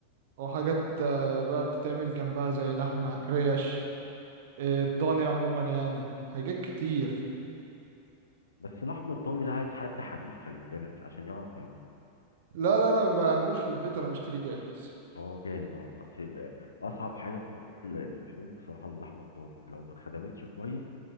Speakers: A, on the right; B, on the left.
A: وحاجات آه، بقى بتتعمل جنبها زي لحمة ريش آه، الضاني عموما يعني حاجات كتير
B: بس اللحم الضاني ده عايز حد حريف خلي بالك عشان يعرف يعمله
A: لا لا انا ما بعملوش في البيت انا بشتريه جاهز
B: اه جاهز اه اصل يبقى اصعب حاجه في موضوع ال- اللحوم بصراحه اللحمه الضاني لو ما اتخدمتش كويس